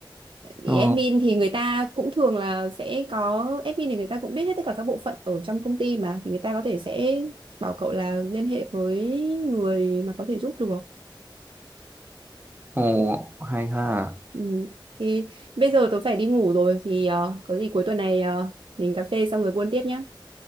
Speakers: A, on the right; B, on the right.
A: Ý
B: Ồ,
A: Admin thì người ta cũng thường là sẽ có admin thì người ta cũng biết hết tất cả các bộ phận ở trong công ty mà thì người ta có thể sẽ bảo cậu là liên hệ với người mà có thể giúp được.
B: ồ, hay ha.
A: Ừ. Thì bây giờ tôi phải đi ngủ rồi thì ờ, có gì cuối tuần này ờ, mình cà phê xong rồi buôn tiếp nhá.